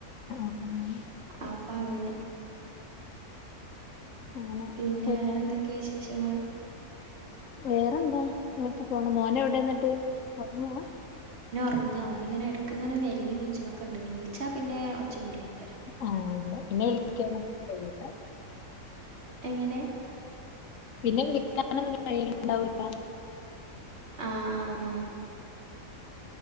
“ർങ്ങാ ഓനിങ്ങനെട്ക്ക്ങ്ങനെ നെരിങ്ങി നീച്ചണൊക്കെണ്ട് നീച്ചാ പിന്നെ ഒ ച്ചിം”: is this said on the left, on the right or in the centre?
Right